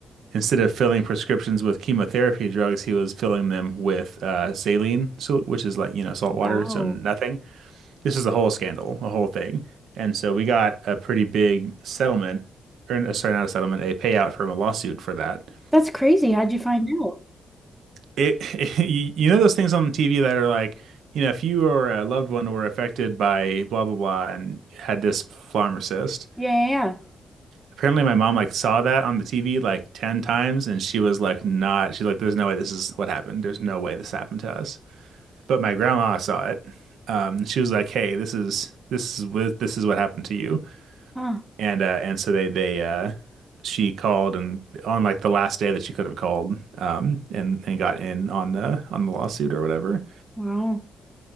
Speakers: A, on the right; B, in the centre.
A: instead of filling prescriptions with chemotherapy drugs, he was filling them with uh, saline, so which is like you know salt
B: Wow.
A: water, so nothing. this is a whole scandal, a whole thing. And so we got a pretty big settlement, or uh, sorry, not a settlement, a payout from a lawsuit for that.
B: That's crazy. How'd you find out?
A: It, <laughs> you you know those things on TV that are like, you know, if you or a loved one were affected by blah blah blah and had this flammar cyst.
B: Yeah, yeah, yeah.
A: Apparently, my mom like saw that on the TV like 10 times and she was like not, she's like, there's no way this is what happened. There's no way this happened to us. But my grandma saw it. Um, and she was like, hey, this is this is with this is what happened to you.
B: Huh.
A: and uh and so they they uh she called and on like the last day that she could have called um and and got in on the on the lawsuit or whatever
B: Wow.